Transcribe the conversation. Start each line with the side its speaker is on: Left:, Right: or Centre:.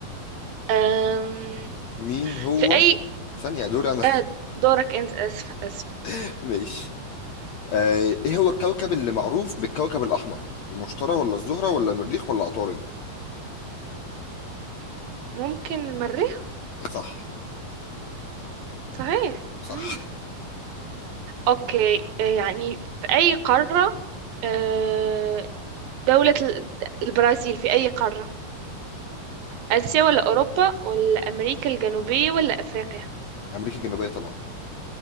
Right: أم...
Left: مين هو
Right: في اي
Left: ثانية دور انا
Right: آه، دورك انت اسفة اسفة
Left: <laughs> ماشي آه، ايه هو الكوكب اللي معروف بالكوكب الاحمر المشتري ولا الزهرة ولا المريخ ولا عطارد
Right: ممكن المريخ
Left: صح
Right: صحيح
Left: صح
Right: مم.
Left: <laughs>
Right: اوكي آه، يعني في اي قارة آه، دولة ال- البرازيل في اي قارة اسيا ولا اوروبا ولا امريكا الجنوبية ولا افريقيا
Left: امريكا الجنوبية طبعا